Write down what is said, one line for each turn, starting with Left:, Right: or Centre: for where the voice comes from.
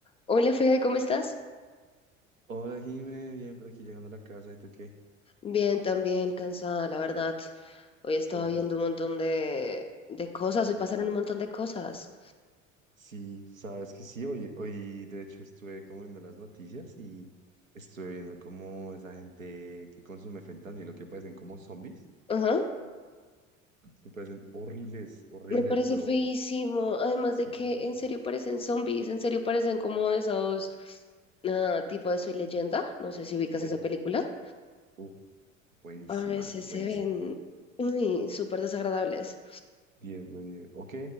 Left: Hola Fede, ¿cómo estás?
Right: Hola, Jime, bien, por aquí llegando a la casa, ¿y tú qué?
Left: Bien, también cansada, la verdad. Hoy he estado
Right: Uf,
Left: viendo un montón de, de cosas,
Right: noti-
Left: hoy pasaron un montón de cosas.
Right: sí, sabes que sí, hoy, hoy de hecho estuve como viendo las noticias y estuve viendo como esa gente que consume fentanilo, que parecen como zombies,
Left: Ajá,
Right: que parecen horribles, horribles,
Left: me parece
Right: pero
Left: feísimo. Además
Right: exacto,
Left: de que en serio parecen zombies, en serio parecen como esos ah, tipo de Soy Leyenda. No sé si ubicas
Right: ex-
Left: esa película.
Right: uf, buenísima,
Left: A veces
Right: buenísima.
Left: se ven uy, súper desagradables.
Right: 10 de 10. Ok,